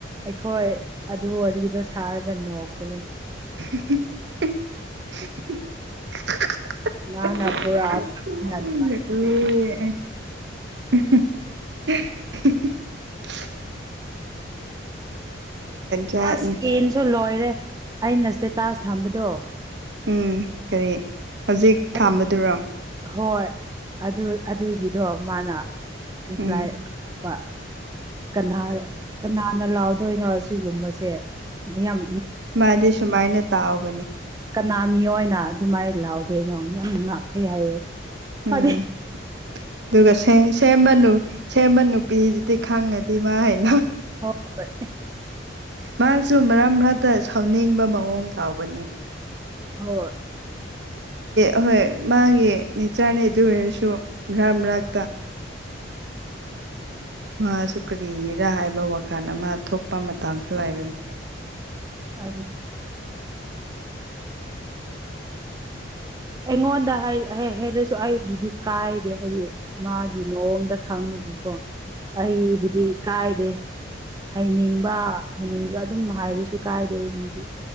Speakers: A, on the right; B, on the right.
A: ꯑꯩꯈꯣꯏ ꯑꯗꯨ ꯋꯔꯤꯗꯣ ꯁꯥꯔꯒ ꯅꯣꯛ ꯄꯅꯦ
B: <unintelligible> <unintelligible>
A: ꯃꯥꯅ ꯄꯨꯔꯛꯑꯒ ꯑꯩꯅ ꯑꯗꯨꯃꯥꯏꯅ
B: ꯍꯦꯍꯤꯍꯦ ꯖꯥꯠꯅꯤ
A: ꯑꯁ ꯀꯦꯟꯁꯨ ꯂꯣꯏꯔꯦ ꯑꯩꯅ ꯁꯇꯦꯇꯥꯖ ꯊꯝꯕꯗꯣ
B: ꯎꯝ ꯀꯔꯤ ꯍꯧꯖꯤꯛ ꯊꯥꯝꯕꯗꯨꯔꯣ
A: ꯑꯩ ꯍꯣꯏ ꯑꯗꯨ ꯑꯗꯨꯒꯤꯗꯣ ꯃꯥꯅ ꯔꯤꯄ꯭ꯂꯥꯏ
B: ꯎꯝ
A: ꯀꯛꯄ ꯀꯅꯥ ꯀꯅꯥꯅ ꯂꯥꯎꯗꯣꯏꯅꯣ ꯁꯤꯒꯨꯝꯕꯁꯦ ꯌꯥꯝꯌꯥꯝ
B: ꯃꯥꯗꯤ ꯁꯨꯃꯥꯏꯅ ꯇꯥꯎꯕꯅꯦ
A: ꯀꯅꯥ ꯃꯤꯑꯣꯏꯅ ꯑꯗꯨꯃꯥꯏꯅ ꯂꯥꯎꯗꯣꯏꯅꯣ ꯌꯥꯝ ꯉꯥꯛꯑ ꯍꯥꯏꯌꯦ
B: ꯎꯝ
A: ꯐ
B: ꯑꯗꯨꯒ ꯁꯦꯝ ꯁꯦꯝꯃ ꯁꯦꯝꯕꯥ ꯅꯨꯄꯤꯗꯨꯗꯤ ꯈꯪꯉꯗꯤ ꯃꯥ ꯍꯦꯛ
A: ꯍꯣꯏ
B: ꯃꯥꯁꯨ ꯃꯔꯛ ꯃꯔꯛ ꯇ ꯁꯥꯎꯅꯤꯡꯕ ꯃꯑꯣꯡ ꯇꯥꯎꯕꯅꯦ
A: ꯍꯣꯏ
B: ꯑꯍꯣꯏ ꯃꯥꯒꯤ ꯅꯅꯤꯆꯥꯅꯦ ꯑꯗꯨ ꯑꯣꯏꯔꯁꯨ ꯚ꯭ꯔꯥ ꯃꯔꯥꯛꯛꯇ ꯃꯥꯁꯨ ꯀꯔꯤꯔꯥ ꯍꯥꯏꯕ ꯋꯥꯈꯜ ꯑꯃ ꯊꯣꯛꯄ ꯃꯇꯝꯁꯨ ꯂꯩꯕꯅꯤ
A: ꯑ ꯑꯩꯉꯣꯟꯗ ꯍꯥꯏ ꯍꯥꯏꯔꯁꯨ ꯑꯩꯕꯨꯗꯤ ꯀꯥꯏ ꯍꯥꯏꯗꯤ ꯃꯥꯒꯤ ꯃꯑꯣꯡꯗ ꯈꯪꯕꯨꯒꯤꯀꯣ ꯑꯩꯕꯨꯗꯤ ꯀꯥꯏ ꯍꯩꯅꯤꯡꯕ ꯍꯩꯅꯤꯡꯕꯕ ꯑꯗꯨꯝ ꯍꯥꯏꯔꯁꯨ ꯀꯥꯏꯔꯦ ꯑꯗꯤ